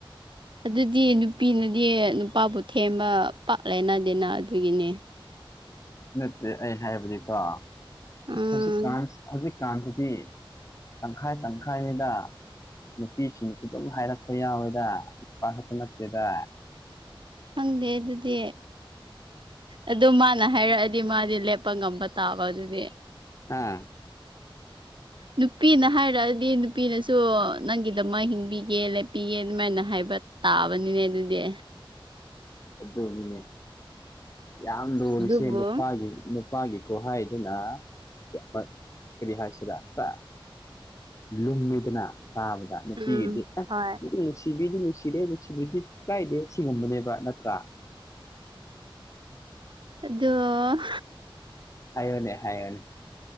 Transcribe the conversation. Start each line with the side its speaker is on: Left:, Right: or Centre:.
Right: ꯑꯗꯨꯗꯤ ꯅꯨꯄꯤꯅꯗꯤ ꯅꯨꯄꯥꯕꯨ ꯊꯦꯝꯕ ꯄꯥꯛꯂꯦꯅꯗꯦꯅ ꯑꯗꯨꯒꯤꯅꯦ
Left: ꯅꯠꯇꯦ ꯑꯩ ꯍꯥꯏꯕꯗꯤꯀꯣ
Right: ꯎꯝ
Left: ꯍꯧꯖꯤꯛꯀꯥꯟ ꯍꯧꯖꯤꯛꯀꯥꯟꯗꯗꯤ ꯇꯪꯈꯥꯏ ꯇꯪꯈꯥꯏꯅꯤꯗ ꯅꯨꯄꯤꯁꯤꯡꯅꯁꯨ ꯑꯗꯨꯝ ꯍꯥꯏꯔꯛꯄ ꯌꯥꯎꯋꯦꯗ ꯅꯨꯄꯥ ꯈꯛꯇ ꯅꯠꯇꯦꯗ
Right: ꯈꯪꯗꯦ ꯑꯗꯨꯗꯤ ꯑꯗꯨ ꯃꯥꯅ ꯍꯥꯏꯔꯛꯑꯗꯤ ꯃꯥꯗꯤ ꯂꯦꯞꯄ ꯉꯝꯕ ꯇꯥꯕ ꯑꯗꯨꯗꯤ
Left: ꯍꯥꯥ <unintelligible>
Right: ꯅꯨꯄꯤꯅ ꯍꯥꯏꯔꯛ ꯑꯗꯤ ꯅꯨꯄꯤꯅꯁꯨ ꯅꯪꯒꯤꯗꯃꯛ ꯍꯤꯡꯕꯤꯒꯦ ꯂꯦꯞꯄꯤꯒꯦ ꯑꯗꯨꯃꯥꯏꯅ ꯍꯥꯏꯕ ꯇꯥꯕꯅꯤꯅꯦ ꯑꯗꯨꯗꯦ
Left: ꯑꯗꯨ ꯅꯤꯅꯦ ꯌꯥꯝ ꯂꯨꯔꯤꯁꯦ
Right: ꯑꯗꯨꯕꯨ
Left: ꯅꯨꯄꯥꯒꯤ ꯅꯨ ꯄꯥꯒꯤ ꯈꯨꯍꯥꯏꯗꯨꯅ ꯌꯥꯝꯅ ꯀꯔꯤ ꯍꯥꯏꯁꯤꯔ ꯈꯔ ꯂꯨꯝꯃꯤꯗꯅ ꯇꯥꯕꯗ ꯅꯨꯄꯤꯒꯤꯗꯤ
Right: ꯎꯝ
Left: ꯑꯁ
Right: ꯍꯣꯏ
Left: <unintelligible> ꯅꯨꯡꯁꯤꯕꯤꯗꯤ ꯅꯨꯡꯁꯤꯗꯦ ꯅꯨꯡꯁꯤꯕꯤꯗꯦ ꯀꯥꯏꯗꯦ ꯁꯤꯒꯨꯝꯕꯅꯦꯕ ꯅꯠ ꯆꯥ
Right: ꯑꯗꯣ
Left: ꯍꯥꯏꯌꯣꯅꯦ ꯍꯥꯏꯌꯣꯅꯦ